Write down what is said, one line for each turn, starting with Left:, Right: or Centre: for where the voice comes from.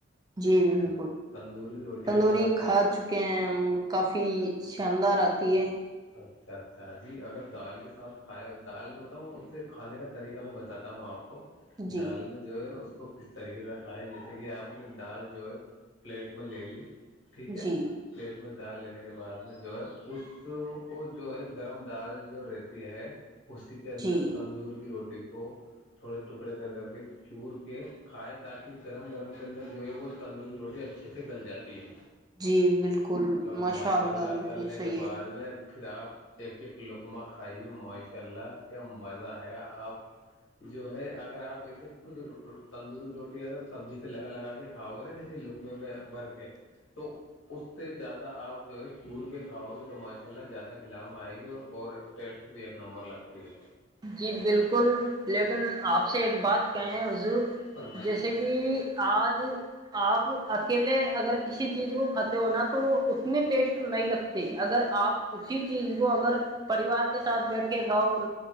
Right: جی جی
Left: تندوری روٹی
Right: تندوری
Left: کے ساتھ میں
Right: کھا چکے ہیں کافی شاندار ہوتی ہے
Left: اچھا اچھا جی اگر دال کے ساتھ کھائے دال میں بتاؤں اسے کھانے کا طریقہ میں بتاتا ہوں آپ کو
Right: جی
Left: دال میں جو ہے اس کو کس طریقے سے کھائے جیسے کہ آپ نے دال جو ہے پلیٹ میں لے لی ٹھیک ہے
Right: جی
Left: پلیٹ میں دال لینے کے بعد میں جو ہے اس وہ جو ہے گرم دال جو رہتی ہے اسی کے اندر
Right: جی
Left: تندور کی روٹی کو تھوڑے ٹکڑے کر کر کے چور کے کھائے تاکہ گرم گرم کے اندر جو ہے وہ تندوری روٹی اچھے سے گل جاتی ہے
Right: جی بالکل
Left: اور
Right: ماشاء اللہ بالکل
Left: گلنے کے
Right: صحی
Left: بعد
Right: ہے
Left: میں پھر آپ ایک ایک لقمہ کھائیے ماشاء اللہ کیا مزہ آئے گا آپ جو ہے اگر آپ ایسے خود تندوری کی روٹی اگر سبزی سے لگا لگا کے کھاؤ گے نا لکم میں برک تو اس سے زیادہ آپ جو ہے سور کے کھاؤ گے تو م کھیلا زیادہ کھلاو میں آئے گی اور ٹیسٹ بھی ایک نمبر لگتی ہے
Right: جی بالکل لیکن آپ سے ایک بات کہ ہیں حضور
Left: فرمائیے
Right: جیسے کہ آج آپ اکیلے اگر کسی چیز کو کھاتے ہو نا تو وہ اتنی ٹیسٹ نہیں لگتی اگر آپ اسی چیز کو اگر پریوار کے سات بیٹ کھاؤ اور